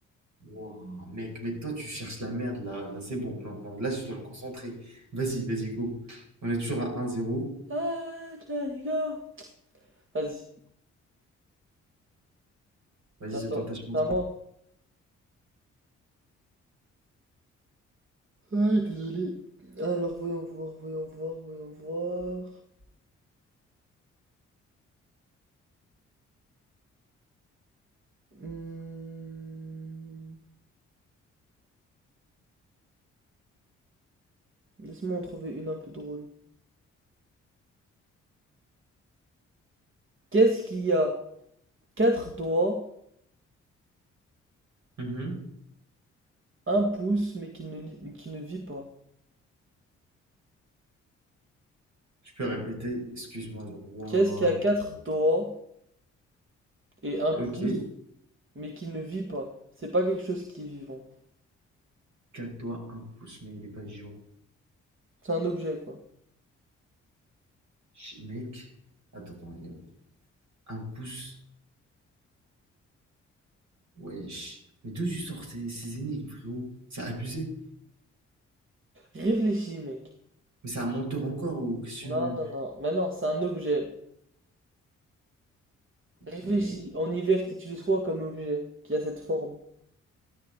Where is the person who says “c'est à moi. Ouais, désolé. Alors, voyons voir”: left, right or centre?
Right